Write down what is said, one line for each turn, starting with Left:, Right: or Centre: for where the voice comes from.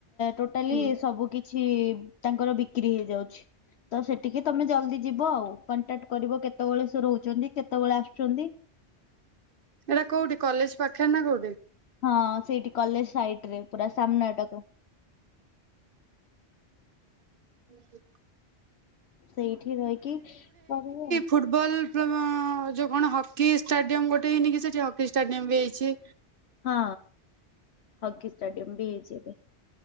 Left: ଟୋଟାଲି
Right: ହୁଁ।
Left: ସବୁ କି ଛି ତାଙ୍କର ବିକ୍ରି ହେଇଯାଉଛି ତ ସେଠିକି ତମେ ଜଲଦି ଯିବ ଆଉ। କଣ୍ଟାକ୍ଟ୍ କରିବ କେତବେଳେ ସେ ରହୁଚନ୍ତି କେତବେଳେ ଆସୁଚନ୍ତି।
Right: ଏଇଟା କୋଉଠି କଲେଜ ପାଖରେ ନା କୋଉଠି?
Left: ହଁ ସେଇଠି କଲେଜ ସାଇଟ୍ ରେ ପୁରା ସାମ୍ନା ଟାକୁ।
Right: ହୁଁ
Left: ସେଇଠି ରହିକି କରିବ ଆଉ।
Right: ଫୁଟବଲ୍ <unintelligible> ଯୋଉ କଣ ହକି ଷ୍ଟାଡିୟମ ଗୋଟେ ହେଇନି କି ସେଠି ହକି ଷ୍ଟାଡିୟମ ବି ହେଇଚି।
Left: ହଁ ହକି ଷ୍ଟାଡିୟମ ବି ହେଇଚି ଏବେ।